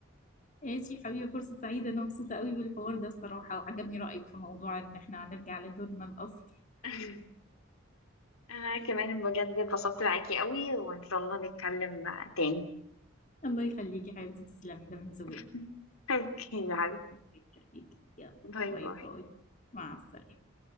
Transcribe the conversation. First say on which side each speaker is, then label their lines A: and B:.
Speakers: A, on the left; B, on the left.
A: ماشي حبيبي فرصة سعيدة أنا مبسوطة قوي بالحوار ده الصراحة وعجبني رأيك في موضوع إن احنا هنرجع لدورنا الأصلي
B: <laughs> انا كمان بجد اتبسطت معاكي قوي وان شاء الله نتكلم تاني
A: الله يخليكي حبيبتي تسلمي ده من زواج
B: <laughs> اوكي يلا
A: الله يخليكي يلا
B: باي
A: باي
B: باي
A: باي مع السلامة